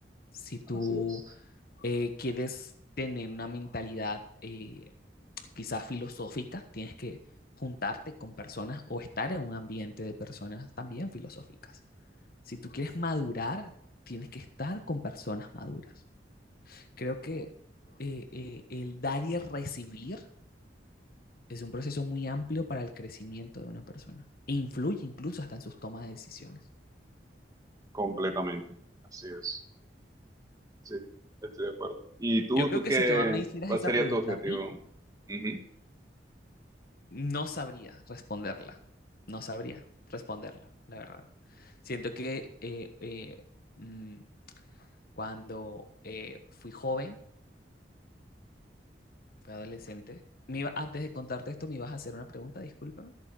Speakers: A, on the left; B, on the right.
A: Si tú
B: Así es.
A: eh, quieres tener una mentalidad eh, quizás filosófica, tienes que juntarte con personas o estar en un ambiente de personas también filosóficas. Si tú quieres madurar, tienes que estar con personas maduras. Creo que eh, eh, el dar y el recibir es un proceso muy amplio para el crecimiento de una persona e influye incluso hasta en sus tomas de decisiones.
B: Completamente. Así es. Sí, estoy de acuerdo. ¿Y tú,
A: Yo creo
B: tú
A: que
B: qué,
A: si tú me hicieras
B: cuál
A: esa
B: sería
A: pregunta
B: tu objetivo?
A: a mí,
B: Ujú.
A: no sabría responderla, no sabría responderla, la verdad. Siento que eh, eh, mmm, cuando eh, fui joven, fui adolescente, me iba, antes de contarte esto, me ibas a hacer una pregunta, discúlpame.